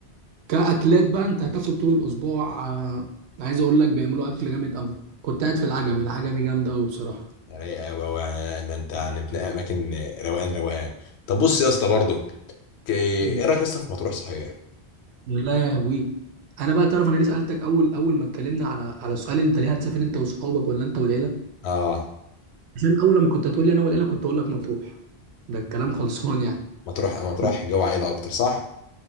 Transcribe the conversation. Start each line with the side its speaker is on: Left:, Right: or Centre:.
Right: كاكلات بقى انت هتاكل طول الاسبوع آه، عايز اقول لك بيعملوا اكل جامد قوي كنت قاعد في العجمي العجمي جامده قوي بصراحه
Left: رايقه قوي قوي يعني ان انت يعني بتنقي اماكن روقان روقان طب بص يا اسطى برضك ايه
Right: مم.
Left: رايك يا اسطى في مطروح صحيح
Right: يا لهوي انا بقى تعرف انا ليه سالتك اول اول ما اتكلمنا على على سؤال انت ليه هتسافر انت واصحابك ولا انت والعيله
Left: اه
Right: عشان اول لما كنت هتقول لي انا والعيله كنت اقول لك مطروح ده الكلام خلصان يعني
Left: مطروح مطروح
Right: لا،
Left: جو عائلة أكتر صح؟